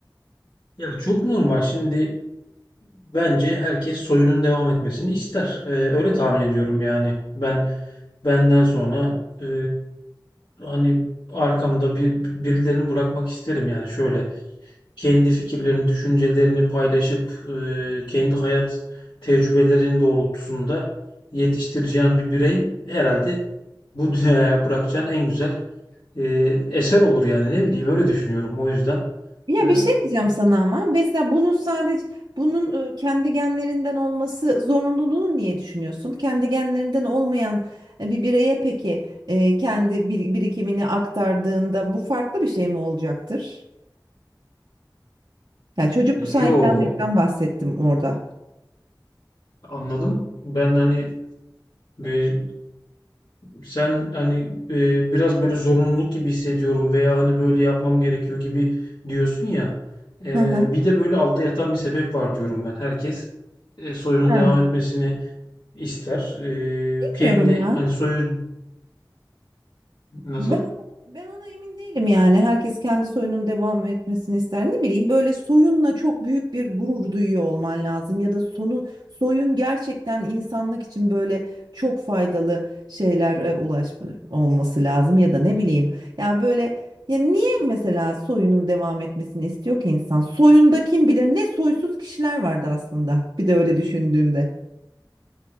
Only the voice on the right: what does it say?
Ya
bir şey diyeceğim sana ama mesela bunu sadece bunun e, kendi genlerinden olması zorunluluğunu niye düşünüyorsun? Kendi genlerinden olmayan e, bir bireye peki e, kendi bir- birikimini aktardığında bu farklı bir şey mi olacaktır? Yani çocuk sahiplenmekten
bahsettim orada.
Hı hı.
Ha,
bilmiyorum
ya.
Ben ben ona emin değilim yani. Herkes kendi soyunun devam etmesini ister. Ne bileyim böyle soyunla çok büyük bir gurur duyuyor olman lazım ya da sonu soyun gerçekten insanlık için böyle çok faydalı şeylere ulaşma olması lazım ya da ne bileyim. Ya böyle ya niye mesela soyunun devam etmesini istiyor ki insan? Soyunda kim bilir ne soysuz kişiler vardı aslında. Bir de öyle düşündüğünde.